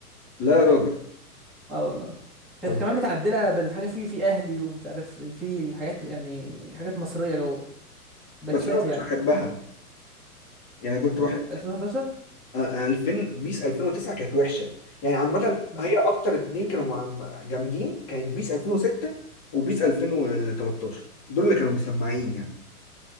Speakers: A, on the left; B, in the centre.
A: لا يا راجل
B: اه والله كانت
A: طب
B: كمان متعدلة بالحاجة في في اهلي ومش عارف في الحاجات يعني حاجات مصرية جوه باتشات
A: بس انا
B: يعني
A: مش بحبها يعني كنت
B: م.
A: بحب
B: 2011
A: آه، 2000 بيس 2009 كانت وحشه يعني عامه
B: م.
A: هي اكتر اتنين كانوا مع- جامدين كانت بيس 2006 وبيس 2013 دول اللي كانوا مسمعين يعني